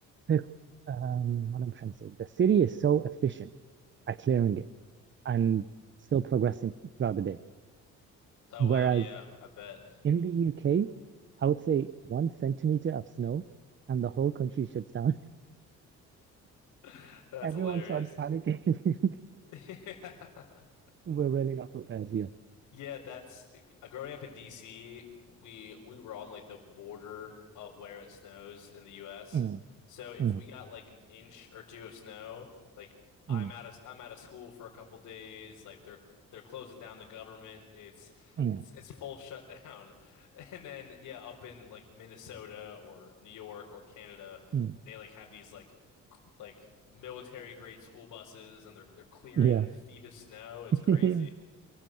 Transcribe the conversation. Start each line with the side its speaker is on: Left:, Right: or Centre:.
Right: the um, what I'm trying to say, the city is so efficient at clearing it and still progressing throughout the day.
Left: Oh
Right: Whereas
Left: wow, yeah, I bet.
Right: in the UK, I would say one centimeter of snow and the whole country shuts down.
Left: <laughs>
Right: <laughs>
Left: That's
Right: Everyone
Left: hilarious.
Right: starts panicking.
Left: <laughs> Yeah.
Right: <laughs> We're really not prepared here.
Left: Yeah, that's uh, growing up in DC, we we were on like the border of where it snows in the US.
Right: Mm,
Left: So if
Right: mm,
Left: we got like an inch or two of snow, like I'm
Right: mm,
Left: out of I'm out of school for a couple days, like they're they're closing down the government. It's
Right: mm,
Left: it's it's full shutdown. <laughs> And then yeah, up in like Minnesota or New York or Canada,
Right: mm.
Left: they like have these like c- like military grade school buses and they're they're clearing
Right: Yeah.
Left: feet of snow. It's
Right: <laughs>
Left: crazy.